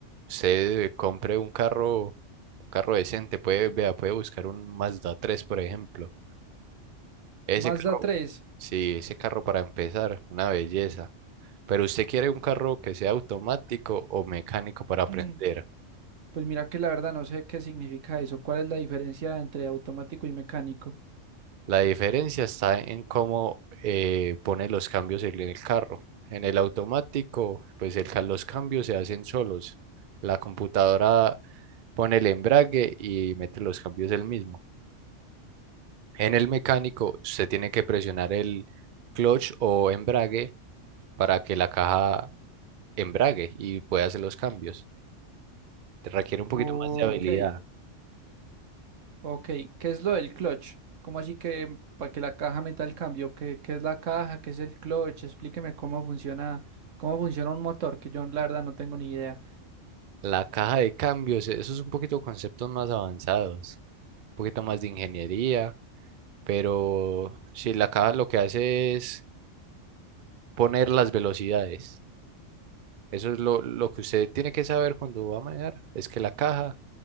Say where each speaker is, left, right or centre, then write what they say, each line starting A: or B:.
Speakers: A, on the right; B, on the right.
A: Usted compre un carro, un carro decente, puede, vea, puede buscar un Mazda tres por ejemplo. Ese
B: Mazda
A: carro,
B: tres.
A: sí, ese carro para empezar, una belleza. Pero usted quiere un carro que sea automático o mecánico para aprender.
B: <clears throat> Pues mira que la verdad no sé qué significa eso. ¿Cuál es la diferencia entre automático y mecánico?
A: La diferencia está en cómo eh, pone los cambios en el carro. En el automático, pues el, ca- los cambios se hacen solos. La computadora pone el embrague y mete los cambios él mismo. En el mecánico, se tiene que presionar el clutch o embrague para que la caja embrague y pueda hacer los cambios. Te requiere un poquito
B: Ok,
A: más de habilidad.
B: ok. ¿Qué es lo del clutch? ¿Cómo así que para que la caja meta el cambio? ¿Qué, qué es la caja? ¿Qué es el clutch? Explíqueme cómo funciona, cómo funciona un motor, que yo la verdad no tengo ni idea.
A: La caja de cambios, eso es un poquito conceptos más avanzados, un poquito más de ingeniería pero si la caja lo que hace es poner las velocidades. Eso es lo, lo que usted tiene que saber cuando va a manejar, es que la caja